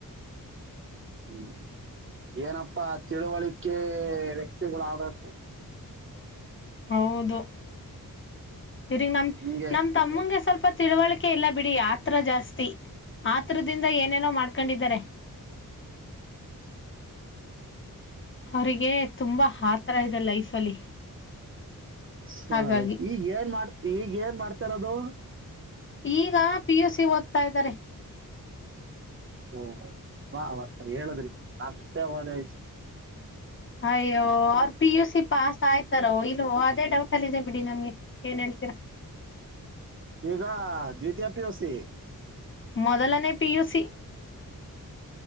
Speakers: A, on the right (about 35°); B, on the left (about 35°).
A: ಹ್ಮ್ ಏನಪ್ಪಾ ತಿಳುವಳಿಕೆ ವ್ಯಕ್ತಿಗುಲಾಗ್ಬೇಕು
B: ಹೌದು ಇಗ್ ನಮ್
A: ಹಿಂಗೆ
B: ನಮ್ ತಮ್ಮಂಗೆ ಸ್ವಲ್ಪ ತಿಳುವಳಿಕೆ ಇಲ್ಲ ಬಿಡಿ ಆತ್ರ ಜಾಸ್ತಿ ಆತ್ರದಿಂದ ಏನೇನೋ ಮಾಡ್ಕೊಂಡಿದ್ದಾರೆ ಅವರಿಗೆ ತುಂಬಾ ಆಥರ ಇದೆ ಲೈಫ್ ಅಲ್ಲಿ
A: ಸೊ
B: ಹಾಗಾಗಿ
A: ಈಗ ಏನ್ ಮಾಡ್ತ ಈಗ ಏನ್ ಮಾಡ್ತಾರದು
B: ಈಗ ಪಿ ಯುಸಿ ಓದ್ತಾ ಇದ್ದಾರೆ
A: ಓ ಬಾ ವತ ಹೇಳದ್ರಿ ಅಷ್ಟೇ ಅವದಯತು
B: ಅಯ್ಯೋ ಅವ್ರ ಪಿ ಯು ಸಿ ಪಾಸ್ ಆಯ್ತಾರೋ ಇ ಅದೇ ಡೌಟ್ ಅಲ್ಲಿ ಇದೆ ಬಿಡಿ ನಮ್ಗೆ ಏನ್ ಹೇಳ್ತೀರಾ
A: ಈಗ ದ್ವಿತೀಯ ಪಿ ಯು ಸಿ
B: ಮೊದಲನೇ ಪಿ ಯು ಸಿ